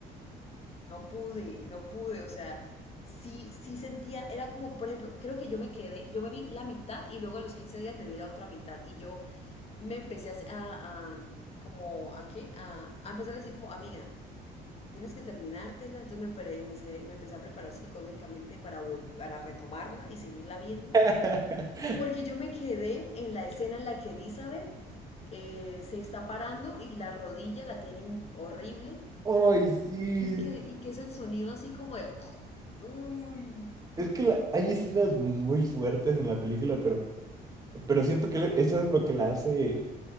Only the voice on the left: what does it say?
No pude, no pude, o sea, sí, sí sentía, era como, por ejemplo, creo que yo me quedé, yo me vi la mitad y luego a los 15 días me vi la otra mitad y yo me empecé a, a- a- como, ¿a qué? A, a empezar a decir como, amiga, tienes que terminártela, entonces me, pre- me se- me empecé a preparar psicológicamente para, vol- para retomarla y seguirla viendo,
porque yo me quedé en la escena en la que Elizabeth eh, se está parando y la rodilla la tiene in- horrible
¿Y qué, y qué es el sonido así como el... <laughs> Uy,